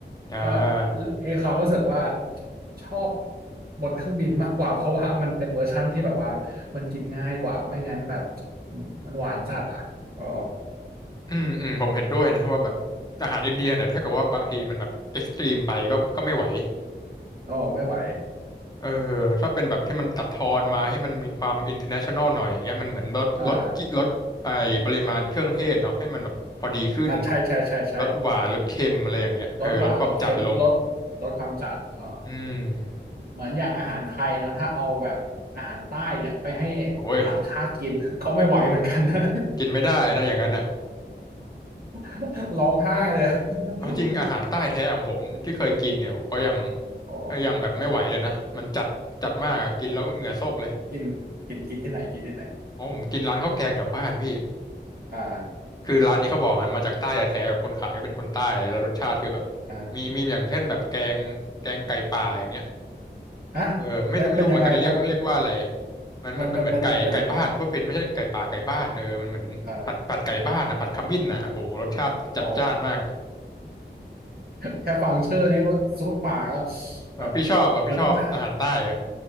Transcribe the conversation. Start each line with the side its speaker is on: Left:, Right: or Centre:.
Left: อ่า
Right: <laughs> ก็เอความรู้สึกว่าชอบบนเครื่องบินมากกว่าเพราะว่ามันเป็นเวอร์ชั่นที่แบบว่ามันกินง่ายกว่าไม่งั้นแบบมันมันหวานจัดอ่ะอ๋อ
Left: อืมอืม ผมเห็นด้วยนะว่าแบบอาหารอินเดียเนี่ย ถ้าเกิดว่าบางทีมันแบบเอ็กซ์ตรีมไปก็ก็ไม่ไหว
Right: โอ้ไม่ไหว
Left: เออ ถ้าเป็นแบบที่มันตัดทอนมาให้มันมีความอินเ r อร์เนชั่นแนลหน่อยอย่างเงี้ยมันเหมือนลดลดกิลดไอปริมาณเครื่องเทศเนาะให้มันแบบพอดีขึ้น
Right: อ่าอ่าใช่ใช่ใช่ใช่
Left: ลดหวานลดเค็มอะไรอย่างเงี้ยเออลดความจัดลง
Right: ลดหวานลดเค็มลดลดความจัดอ่า
Left: อืม
Right: เหมือนอย่างอาหารไทยเนอะถ้าเอาแบบอาหารใต้เนี่ยไปให้
Left: โอ้ย
Right: ต่างชาติกิน <laughs> ก็ไม่ไหวเหมือนกันนะ
Left: กินไม่ได้ได้อย่างนั้นอ่ะ
Right: <laughs> ร้องไห้เลย <laughs>
Left: เอาจริงอาหารใต้แท้ของผมที่เคยกินเนี่ยโหก็ยัง
Right: โอ้
Left: ก็ยังแบบไม่ไหวเลยนะมันจัดจัดมากอ่ะกินแล้วเหงื่อโซกเลย
Right: กินกินกินที่ไหนกินที่ไหน
Left: อ๋อผมกินร้านข้าวแกงแถวบ้านพี่
Right: อ่า
Left: คือร้านนี้เขาบอกมันมาจากใต้แท้ๆแบบคนขายก็เป็นคนใต้อะไรแล้วรสชาติคือแบบ
Right: อ่า
Left: มีมีอย่างเช่นแบบแกงแกงไก่ป่าอย่างเงี้ย
Right: ฮะ
Left: เออไม่รู้ไม่รู้เหมือนกันเรียกเรียกว่าอะไร
Right: มันเป็นยังไงครับ
Left: มันมันเป็นเหมือนไก่ไก่บ้านพูดผิดไม่ใช่ไก่ป่าไก่บ้านเออมันเหมือนผัดผัดไก่บ้านอ่ะผัดขมิ้นอ่ะโหรสชาติจัดจ้านมาก
Right: มันมันมันมันเป็นยังไงอ่าอ๋อ แค่ฟังชื่อนี้ก็ซูดปากแล้ว
Left: เออพี่ชอบอ่ะพี่ชอบอาหารใต้เหรอ่ะ
Right: แบบมันต้องผ่าน